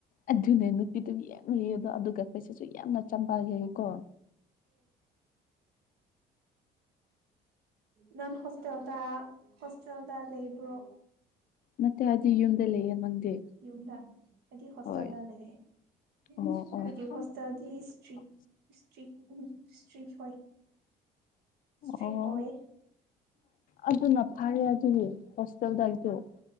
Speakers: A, on the left; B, on the right.
A: ꯑꯗꯨꯅꯦ ꯅꯨꯄꯤꯗꯨ ꯌꯝ ꯂꯩꯌꯦꯕ ꯑꯗꯨꯒ ꯄꯩꯁꯥꯁꯨ ꯌꯥꯝꯅ ꯆꯝꯕꯥꯀ ꯀꯣ
B: ꯅꯥꯟ ꯍꯁꯦꯜ ꯍꯁ ꯂꯩꯕ꯭ꯔꯣ
A: ꯅꯠꯇꯦ ꯍꯥꯏꯗꯤ ꯌꯨꯝꯗ ꯂꯩꯌꯦ ꯅꯪꯗꯤ
B: ꯌꯨꯝꯗ ꯍꯥꯏꯗꯤ ꯍꯣꯁꯇꯦꯜꯗ
A: ꯍꯣꯏ
B: ꯂꯩꯔꯦ ꯑꯩꯈꯣꯏꯒꯤ
A: ꯑꯣ ꯑꯣ
B: ꯍꯣꯁꯇꯦꯜꯗꯤ ꯏꯁꯇ꯭ꯔꯤꯛ ꯏꯁꯇ꯭ꯔꯤꯛ ꯎ ꯏꯁꯇ꯭ꯔꯤ ꯍꯣꯏ ꯏꯁꯇ꯭ꯔꯤ
A: ꯑꯣ
B: ꯑꯣꯏ
A: ꯑꯗꯨꯅ ꯐꯔꯦ ꯑꯗꯨꯗꯤ ꯍꯣꯁꯇꯦꯜꯗꯒꯤꯗꯨ